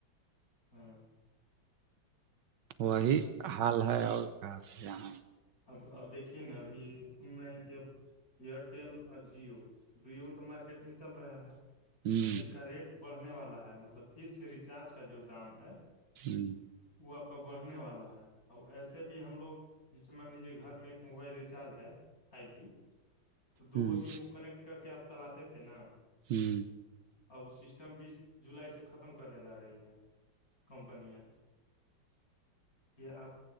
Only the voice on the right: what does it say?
وہی
حال
ہے اور کیا یہاں
ہوں
ہی
ہوں
ہوں